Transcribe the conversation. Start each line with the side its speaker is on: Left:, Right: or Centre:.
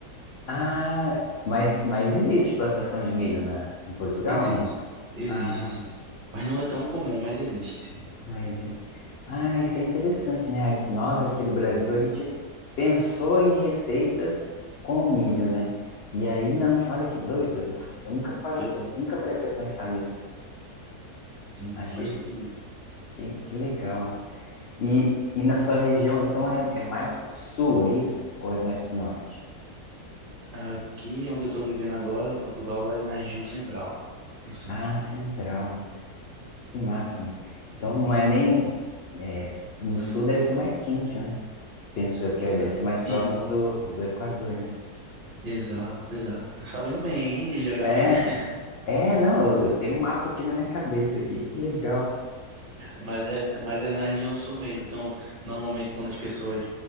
Left: Ah, mas, mas existe plantação de milho na, em Portugal
Right: Existe,
Left: ou não?
Right: existe,
Left: Ah,
Right: existe. Mas não é tão comum, mas existe, sim.
Left: mas existe. Ah, isso é interessante, né? A- Nós aqui do Brasil, a gente pensou em receitas com milho, né? E aí, não, olha que doido. Eu nunca paro,
Right: Pois
Left: pra-
Right: é,
Left: nunca parei para pensar nisso.
Right: tem,
Left: Achei.
Right: tem bastante milho.
Left: Que, que legal. E, e na sua região, então é, é mais pro sul, é isso? Ou é mais pro norte?
Right: Aqui onde eu estou vivendo agora, em Portugal, é na região central, no centro.
Left: Ah, central. Que máximo. Então não é nem. é, no sul deve ser mais quente, né? Penso eu que
Right: Então,
Left: é, deve ser mais próximo
Right: e,
Left: do, do Equador, né?
Right: exato, exato. Tá sabendo bem, hein, de geografia?
Left: É,
Right: <laughs>
Left: é, não, eu, eu tenho um mapa aqui na minha cabeça aqui. Que legal.
Right: Mas é, mas é na região sul mesmo. Então, normalmente quando as pessoas